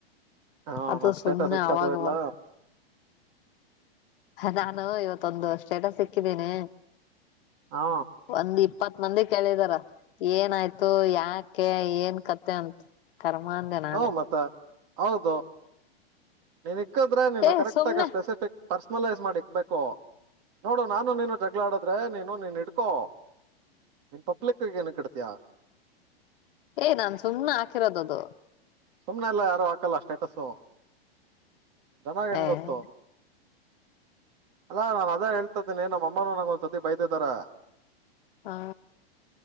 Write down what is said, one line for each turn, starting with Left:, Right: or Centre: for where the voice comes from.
Right: ಹಾ
Left: ಅದು
Right: ನನ್
Left: ಸುಮ್ಮನೆ
Right: ಸ್ಟೇಟಸ್ ಇಕ್ಕದು
Left: ಆವಾಗ
Right: ಇಲ್ಲ
Left: ಆವಾಗ ನಾನು ಇವತ್ತೊಂದು ಸೇಟಸ್ ಇಕ್ಕಿದ್ದೀನಿ
Right: ಹಾ
Left: ಒಂದ್ ಇಪ್ಪತ್ತು ಮಂದಿ ಕೇಳಿದಾರ ಏನಾಯ್ತು ಯಾಕೆ ಏನ್ ಕತೆ ಅಂತ್. ಕೂರ್ಮ ಅಂದೆ ನಾನು
Right: ಹ ಮತ್ತ ಹೌದು ನೀನ್ ಇಕ್ಕದ್ರೆ ನೀನು
Left: ಏ
Right: ಕರೆಕ್ಟ್
Left: ಸುಮ್ನೆ
Right: ಆಗಿ ಸ್ಪೆಸಿಫಿಕ್ ಪರ್ಸ್ನಲೈಸ್ ಮಾಡಿ ಇಕ್ಬೇಕು. ನೋಡು ನಾನು ನೀನು ಜಗಳ ಆಡಿದ್ದ್ರೆ ನೀನು ನೀನ್ ಇಡ್ ಕ್ಕು ನೀನ್ ಪಬ್ಲಿಕ್ ಗೆ ಏನಕ್ಕೆ ಇಡುತಿಯಾ
Left: ಏ ನಾನ್ ಸುಮ್ನೆ ಹಾಕಿರೋದು ಅದು
Right: ಸುಮ್ಮನೆ ಎಲ್ಲಾ ಯಾರು ಹಾಕಲ್ಲ ಸ್ಟೇಟಸು. ಜನ ಹೆಂಗ್
Left: ಏ
Right: ಗೊತ್ತು ಅಲ್ಲ ನಾನು ಅದೇ ಹೇಳ್ತ್ದೀನಿ ನಮ್ಮ್ ಅ ಮ್ಮಾನು ನಂಗ್ ಒಂದ್ ಸತಿ ಬೈದಿದ್ದಾರೆ
Left: ಹಾ